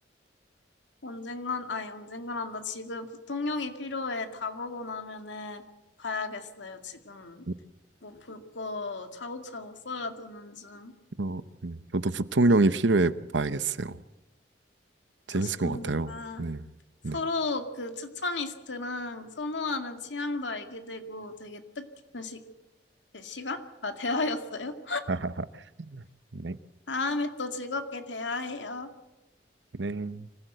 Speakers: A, on the left; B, on the right.
A: 언젠간, 아니, 언젠간 한다. 지금 부통령이 필요해. 다 보고 나면은 봐야겠어요. 지금
B: 네.
A: 뭐 볼 거 차곡차곡 써야 되는 중.
B: 어, 네. 저도 부통령이 필요해 봐야겠어요.
A: 좋습니다.
B: 재밌을 것 같아요. 네.
A: 서로
B: 네.
A: 그 추천 리스트랑 선호하는 취향도 알게 되고 되게 뜻깊은 시, 네, 시간? 아, 대화였어요.
B: <laughs> 네,
A: 다음에 또 즐겁게 대화해요.
B: 네.